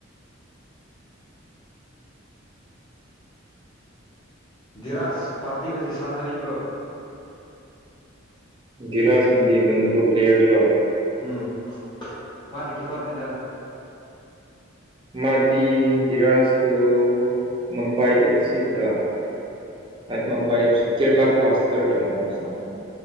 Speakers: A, on the left (about 25°); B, on the right (about 25°).
A: ꯗꯤꯔꯥꯁ ꯄꯥꯔꯇꯤ ꯍꯣꯏꯁꯦ ꯁꯥꯟꯅꯔꯤꯕ꯭ꯔꯣ
B: ꯗꯤꯔꯥꯥꯁ ꯍꯥꯏꯗꯤ ꯃꯅꯤꯄꯨꯔ ꯄꯂꯦꯌꯦꯔ ꯗꯨꯔꯣ
A: ꯎꯝ ꯃꯥꯗꯤ ꯀꯤꯄ꯭ꯔꯅꯦꯗ
B: ꯃꯥꯗꯤ ꯙꯤꯔꯥꯖꯇꯣ ꯃꯨꯝꯕꯥꯏ ꯑꯦꯐ ꯁꯤꯗ꯭ꯔꯥ ꯃꯨꯝꯕꯥꯏ ꯑꯦꯐꯁꯤ
A: ꯎꯝ
B: ꯀꯦꯔꯂꯥ ꯄꯂꯁ <unintelligible>